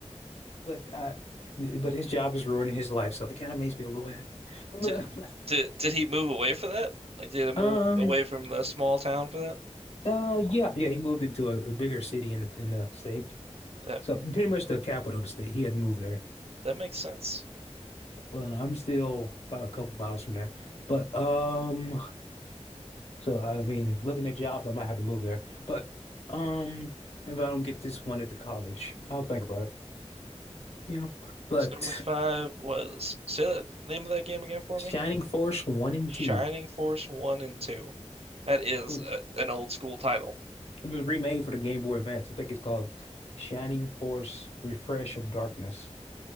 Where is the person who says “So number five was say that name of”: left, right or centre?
Right